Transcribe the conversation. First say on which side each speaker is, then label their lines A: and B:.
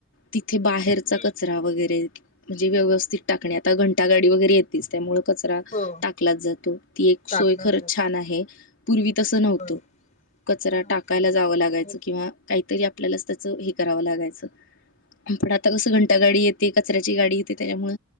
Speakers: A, on the left; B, on the left.
A: ती थे बाहेरचा
B: हम्म.
A: कचरा वगैरे म्हणजे व्यवस्थित टाकणे आता घंटागाडी वगैरे येतेच त्यामुळे कचरा
B: हो
A: टाकलाच जातो ती एक सोय
B: टाकलं
A: खरंच
B: जात
A: छान आहे पूर्वी तस नव्हत
B: हो
A: कचरा
B: नव्हतं
A: टाकायला जावं लागायच
B: हो.
A: किंवा काहीतरी आपल्यालाच त्याचं हे करावं लागायचं पण आता कसं घंटागाडी येते कचऱ्याची गाडी येते त्याच्यामुळ